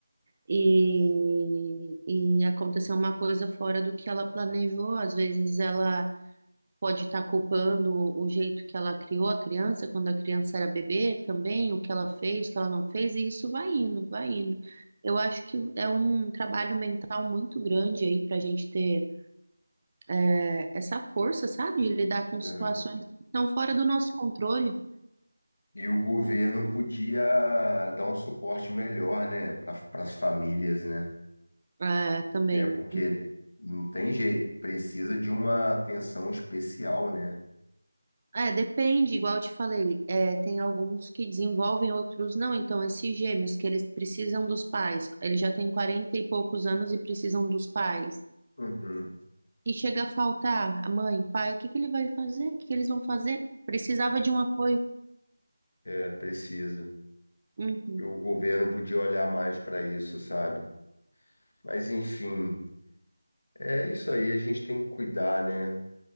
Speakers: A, on the right; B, on the left.
A: E, e aconteceu uma coisa fora do que ela planejou. Às vezes ela pode estar culpando o jeito que ela criou a criança, quando a criança era bebê também, o que ela fez, o que ela não fez, e isso vai indo, vai indo. Eu acho que é um trabalho mental muito grande aí para a gente ter é, essa força, sabe, de lidar com
B: É.
A: situações que estão fora do nosso controle.
B: E o governo podia dar um suporte melhor, né, para as famílias, né?
A: É, também.
B: Né? Porque não tem jeito, precisa de uma atenção especial, né?
A: É, depende, igual eu te falei, é, tem alguns que desenvolvem, outros não. Então, esses gêmeos que eles precisam dos pais, eles já têm 40 e poucos anos e precisam dos pais.
B: Uhum.
A: E chega a faltar a mãe, o pai, o que que ele vai fazer? O que que eles vão fazer? Precisava de um apoio.
B: É, precisa.
A: Uhum,
B: E o governo podia olhar mais para isso, sabe? Mas, enfim, é isso aí, a gente tem que cuidar, né?